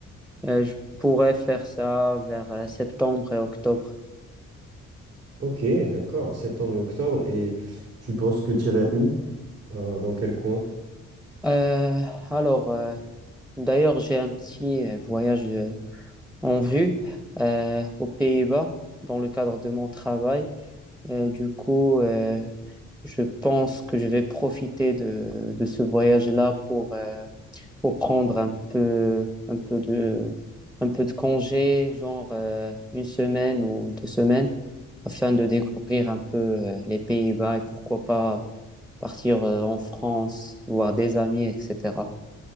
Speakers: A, in the centre; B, on the right (about 55°).
A: Euh, je pourrais faire ça vers euh, septembre et octobre.
B: Ok, d'accord, septembre et octobre. Et tu penses que t'irais où? Euh, dans quel coin?
A: Euh, alors, euh, d'ailleurs, j'ai un petit euh, voyage euh, en vue euh, aux Pays-Bas dans le cadre de mon travail. Euh, du coup, euh, je pense que je vais profiter de, de ce voyage-là pour, euh, pour prendre un peu, un peu de, un peu de congé, genre euh, une semaine ou deux semaines, afin de découvrir un peu euh, les Pays-Bas et pourquoi pas partir euh, en France, voir des amis, etc.